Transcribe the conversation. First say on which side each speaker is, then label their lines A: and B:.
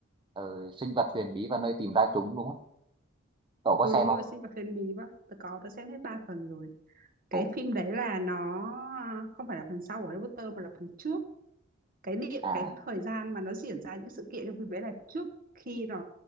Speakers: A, on the right; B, on the right.
A: ờ, sinh vật huyền bí và nơi tìm ra chúng đúng không cậu có
B: ừ
A: xem
B: đúng
A: không
B: rồi sinh vật thiên bí và tớ có tớ xem hết ba phần rồi cái
A: ồ
B: phim đấy là nó à, không phải là phần sau của Harry Potter mà là phần trước cái địa
A: à
B: cái thời gian mà nó diễn ra những sự kiện trong phim đấy là trước khi nó